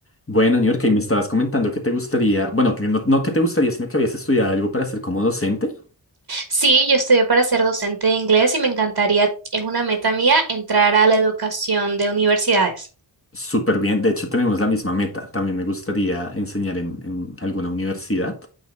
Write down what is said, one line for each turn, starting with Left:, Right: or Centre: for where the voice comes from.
Left: Bueno, New York, y me estabas comentando que te gustaría, bueno, que no, no que te gustaría, sino que habías estudiado algo para ser como docente.
Right: Sí, yo estudié para ser docente de inglés y me encantaría, es una meta mía, entrar a la educación de universidades.
Left: Súper bien, de hecho tenemos la misma meta. También me gustaría enseñar en, en alguna universidad.